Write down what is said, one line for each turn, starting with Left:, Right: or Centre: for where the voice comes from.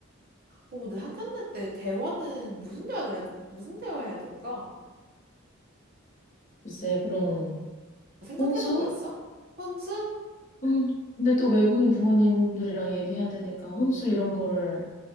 Right: 어, 근데 상견례 때 대화는 무슨 대화 해야, 무슨 대화 해야 될까?
Left: 글쎄,
Right: 뭐,
Left: 그런
Right: 뭐, 뭐 생각해둔
Left: 혼수?
Right: 거 있어? 혼수?
Left: 음, 근데 또 외국인 부모님들이랑 얘기해야 되니까 혼수 이런 거를